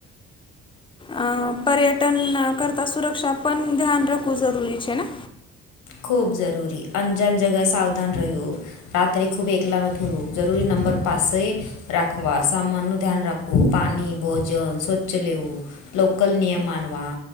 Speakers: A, on the left; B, on the left.
A: અ પર્યટન કરતાં સુરક્ષા પણ ધ્યાન રાખવું જરૂરી છે ના.
B: ખૂબ જરૂરી અનજાન જગ્યાએ સાવધાન રહેવું. રાત્રે ખૂબ એકલા ન ફરવું જરૂરી નંબર પાસે રાખવા સામાન નુ ધ્યાન રાખવું પાણી ભોજન સ્વચ્છ લેવું. લોકલ નિયમ માનવા